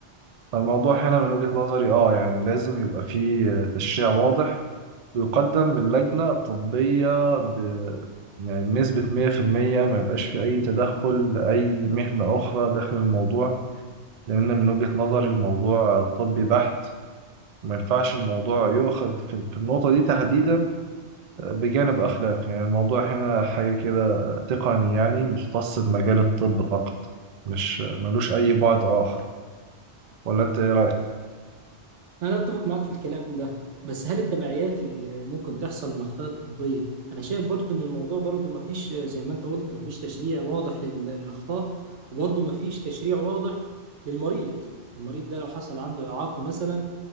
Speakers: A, on the right (about 45°); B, on the right (about 85°).
A: فالموضوع هنا من وجهة نظري اه يعني لازم يبقى فيه تشريع واضح ويقدم من لجنة طبية ب... يعني بنسبة 100% ما يبقاش في أي تدخل أي مهنة أخرى داخل الموضوع لأن من وجهة نظري الموضوع طبي بحت وما ينفعش الموضوع يؤخذ في في النقطة دي تحديدا بجانب أخلاقي يعني الموضوع هنا حاجة كده تقني يعني مختص بمجال الطب فقط مش ملوش أي بعد آخر ولا أنت إيه رأيك؟
B: انا اتفق معاك في الكلام ده بس هل التبعيات اللي ممكن تحصل من الاخطاء الطبية انا شايف برضه ان الموضوع برضه ما فيش زي ما انت قلت ما فيش تشريع واضح لل- للاخطاء وبرضه ما فيش تشريع واضح للمريض المريض ده لو حصل عنده إعاقة مثلا